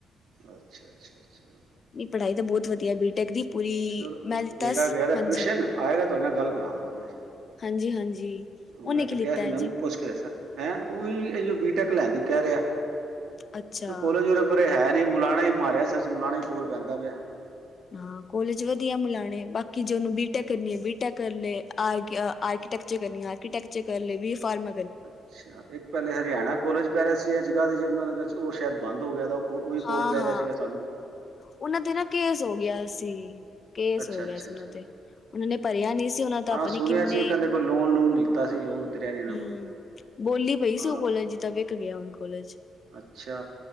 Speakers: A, on the right (about 70°); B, on the left (about 30°).
A: ਅੱਛਾ, ਅੱਛਾ, ਅੱਛਾ।
B: ਨਹੀਂ ਪੜ੍ਹਾਈ ਤਾਂ ਬਹੁਤ ਵਧੀਆ ਬੀਟੈਕ ਦੀ, ਪੂਰੀ
A: ਚਲੋ
B: ਮੈਲਟਸ
A: ਬੇਟਾ ਗਿਆ ਤਾਂ
B: ਹਾਂਜੀ।
A: ਟਿਊਸ਼ਨ ਆਏਗਾ, ਤੁਹਾਡੇ ਨਾਲ ਗੱਲ ਕਰਾਵਾਂਗਾ ਮੈ।
B: ਹਾਂਜੀ ਹਾਂਜੀ। ਉਹਨੇ
A: ਮੈਂ
B: ਕੀ
A: ਤੇ
B: ਲਿੱਤਾ
A: ਕਿਹਾ ਸੀ,
B: ਹੈ
A: ਮੈਂ
B: ਜੀ
A: ਵੀ ਪੁੱਛ ਕੇ ਦੱਸਾਂ ਹੈਂ ਉਹ ਵੀ ਇਹ ਉਹ ਬੀਟੈਕ ਲੈਂਣ ਕਹਿ ਰਿਹਾਂ ਐ।
B: ਅੱਛਾ
A: ਕਿਉ ਕਾਲਜ ਉਰੇ ਪਰੇ ਹੈ ਨਹੀਂ ਮੁਲਾਣਾ ਹੀ ਮਾਰਿਆ ਸਰਚ ਮਲਾਣਾ ਹੀ ਕੋਲ ਪੈਂਦਾ ਪਿਆ ਹੈ।
B: ਹਾਂ ਕੋਲੇਜ ਵਧੀਆ ਮੁਲਾਣੇ, ਬਾਕੀ ਜੇ ਉਹਨੂੰ ਬੀਟੈਕ ਕਰਨੀ ਆ ਬੀਟੈਕ ਕਰਲੇ ਆਈ ਟੀ ਆ। ਆਰਕੀਟੈਕਚਰ ਕਰਨੀ ਆਰਕੀਟੈਕਚਰ ਕਰ ਲਏ ਬੀ ਫਾਰਮ
A: ਅੱਛਾ, ਇੱਕ ਪਹਿਲੇ ਹਰਿਆਣਾ ਕੋਲੇਜ। ਪਹਿਲੇ ਸੀ ਇਹ ਜਗਾਦਰੀ ਯਮੁਨਾਨਗਰ ਚੋ ਉਹ ਸ਼ਾਇਦ ਬੰਦ ਹੋ ਗਿਆ ਦਾ, ਔ ਓਹੀ
B: ਹਾਂ
A: ਕੋਲ ਪੈ
B: ਹਾਂ
A: ਰਿਹਾ ਸੀਗਾ ਸਾਨੂੰ।
B: ਉਹਨਾਂ ਤੇ ਨਾ ਕੇਸ ਹੋ ਗਿਆ ਸੀ, ਕੇਸ
A: ਅੱਛਾ,
B: ਹੋ ਗਿਆ
A: ਅੱਛਾ,
B: ਸੀ
A: ਅੱਛਾ।
B: ਉਹਨਾਂ ਤੇ। ਉਹਨਾਂ ਨੇ ਭਰਿਆ ਨੀ ਸੀ ਉਹਨਾਂ ਤਾਂ
A: ਹਾਂ
B: ਪਤਾ
A: ਸੁਣਿਆ
B: ਨੀ ਕਿੰਨੇ
A: ਸੀ ਉਹ ਕਹਿੰਦੇ ਕੋਈ ਲੋਨ ਲੂਨ ਲਿੱਤਾ ਸੀ ਲੋਨ ਉਤਰਿਆ ਨੀ ਇਹਨਾਂ
B: ਹਮ
A: ਕੋਲ
B: ਬੋਲੀ ਪਈ
A: ਹਾਂ
B: ਸੀ ਉਹ ਕੋਲਜ ਦੀ ਤਾਂ ਵਿਕ ਗਿਆ ਹੁਣ ਕੋਲਜ।
A: ਅੱਛਾ।